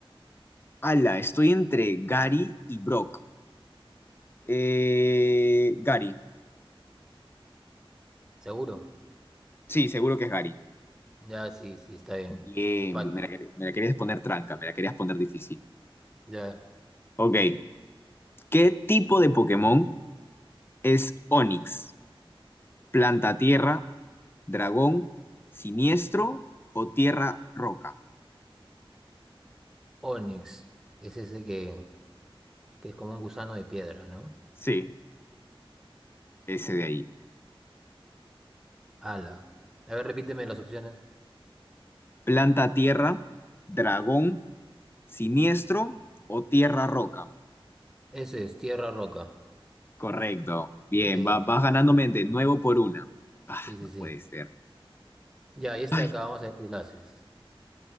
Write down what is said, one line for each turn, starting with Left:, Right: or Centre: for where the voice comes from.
Left: Ala, estoy entre Gary y Brock. Eh, Gary.
Centre: ¿Seguro?
Left: Sí, seguro que es Gary.
Centre: Ya, sí, sí, está bien.
Left: Bien,
Centre: Empate.
Left: me la, quer- me la querías poner tranca, me la querías poner difícil.
Centre: Ya.
Left: Ok, ¿qué tipo de Pokémon es Onix? ¿Planta tierra, dragón, siniestro o tierra roca?
Centre: Onyx. Es ese que, que es como un gusano de piedra, ¿no?
Left: Sí, ese de ahí.
Centre: Ala. A ver, repíteme las opciones.
Left: ¿Planta tierra, dragón, siniestro o tierra roca?
Centre: Ese es tierra roca.
Left: Correcto. Bien,
Centre: Sí.
Left: va- vas ganándome de nuevo por una. Ah,
Centre: Sí, sí,
Left: no
Centre: sí.
Left: puede ser.
Centre: Ya, y esta
Left: Ay,
Centre: de acá vamos a ver si la haces.